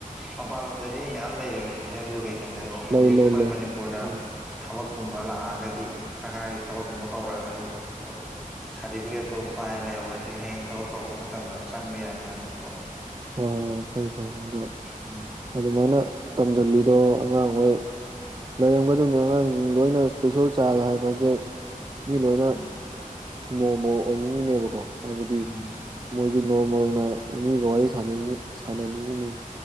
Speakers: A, in the centre; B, on the right.
A: ꯃꯄꯥꯟꯂꯣꯝꯗꯗꯤ ꯃꯌꯥꯝ ꯂꯩꯔꯦꯕ ꯏꯁꯄꯤꯁꯦꯜ ꯏꯖꯀꯦꯁꯟ ꯑꯗꯣ ꯍꯧꯖꯤꯛ
B: ꯂꯩ ꯂꯩ
A: ꯑꯩꯈꯣꯏ
B: ꯂꯩ
A: ꯃꯅꯤꯄꯨꯔꯗ
B: ꯎꯝ
A: ꯊꯕꯛꯀꯨꯝꯕ ꯂꯥꯛꯑꯒꯗꯤ ꯁꯔꯀꯥꯔꯒꯤ ꯊꯕꯛꯀꯨꯝꯕ ꯀꯧꯔꯛꯑꯒꯗꯤ ꯑꯗꯨꯝ ꯁꯥꯔꯇꯤꯐꯤꯀꯦꯠꯇꯨ ꯄꯥꯏꯔ ꯂꯩꯍꯧꯔꯗꯤ ꯍꯌꯦꯡ ꯊꯕꯛ ꯀꯧꯔꯛꯄ ꯃꯇꯝꯗ ꯆꯪꯕ ꯌꯥꯏꯗꯅ ꯑꯗꯨꯝ
B: ꯍꯣꯏ ꯍꯣꯏ ꯍꯣꯏ ꯐꯩ ꯐꯩ ꯑꯗꯣ
A: ꯎꯝ
B: ꯑꯗꯨꯃꯥꯏꯅ ꯇꯝꯁꯤꯜꯂꯤꯗꯣ ꯑꯉꯥꯡꯍꯣꯏ ꯂꯩꯔꯝꯒꯗꯕꯅꯤ ꯑꯉꯥꯡꯁꯤꯡꯗꯣ ꯑꯣꯏꯅ ꯏꯁꯄꯤꯁꯦꯜ ꯆꯂꯥꯏꯕ ꯍꯥꯏꯕꯁꯦ ꯃꯤ ꯂꯣꯏꯅ
A: ꯎꯝ
B: ꯅꯣꯔꯃꯦꯜ ꯑꯣꯏꯅꯤꯡꯉꯤꯅꯦꯕꯀꯣ ꯍꯥꯏꯕꯗꯤ
A: ꯎꯝ
B: ꯃꯣꯏꯁꯨ ꯅꯣꯔꯃꯦꯜꯅ ꯃꯤꯒ ꯋꯥꯔꯤ ꯁ ꯁꯥꯟꯅꯅꯤꯡꯉꯤꯅꯤ